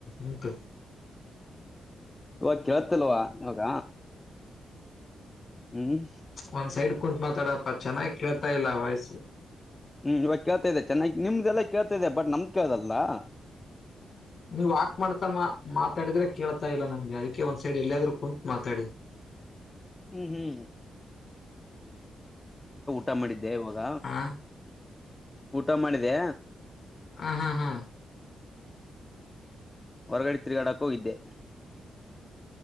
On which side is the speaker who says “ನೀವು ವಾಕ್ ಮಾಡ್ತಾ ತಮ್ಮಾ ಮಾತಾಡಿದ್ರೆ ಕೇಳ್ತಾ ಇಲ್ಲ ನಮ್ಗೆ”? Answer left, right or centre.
Left